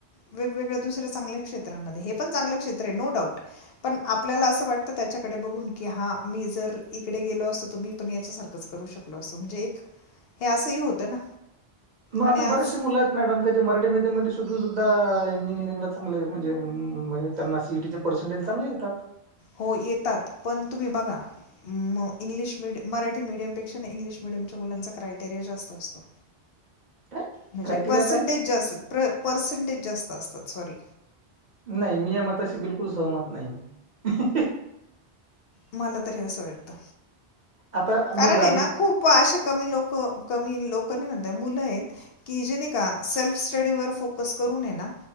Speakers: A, on the left; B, on the right.
A: वेगवेगळ्या दुसऱ्या चांगल्या क्षेत्रांमध्ये हे पण चांगलं क्षेत्र आहे नो डाउट पण आपल्याला असं वाटते त्याकडे बघून की हा मी जर इकडे गेलो असतो तर मी पण याच्या सारखंच करू शकलो अस म्हणजे एक हे असंही होतं ना
B: मग आता
A: आणि आज
B: बरेचसे मुलं आहेत मॅडम मराठी मिडीयम मध्ये शिकून सुद्धा इंजीनियरिंगला चांगलेम् हणजे त्यांना सीटी पर्सेंटेज चांगले येतात
A: हो येतात पण तुम्ही बघा मग इंग्लिश मि मराठी मिडियमपेक्षा इंग्लिश मिडियमच्या मुलांचा क्रायटेरिया जास्त असतो
B: काय
A: म्हणजे
B: क्रायटेरिया
A: पर्सेंटेज
B: काय?
A: जे असतात पर्सेंटेज जास्त असतात सॉरी
B: नाही मी या मताशी बिलकुल सहमत नाही
A: मला तरी असं वाटत
B: आता
A: कारण
B: मी ग्रामीण
A: ना खूप असे कमी लोक कमी लोक नाही म्हणता मुलं आहेत की जे नाही का सेल्फ स्टडी वर फोकस करूने ना